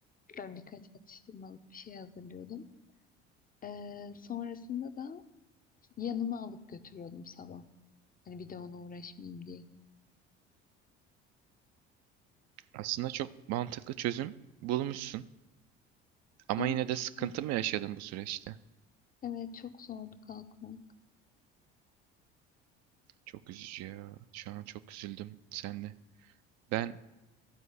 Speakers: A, on the left (about 30°); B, on the right (about 60°).
A: Ben birkaç atıştırmalık bir şey hazırlıyordum. E, sonrasında da yanıma alıp götürüyordum sabah. Hani bir de ona uğraşmayayım diye.
B: Aslında çok mantıklı çözüm bulmuşsun. Ama
A: Ama
B: yine
A: işte
B: de sıkıntı mı yaşadın bu süreçte?
A: evet çok zordu kalkmak.
B: Çok üzücü ya. Şu an çok üzüldüm seninle. Ben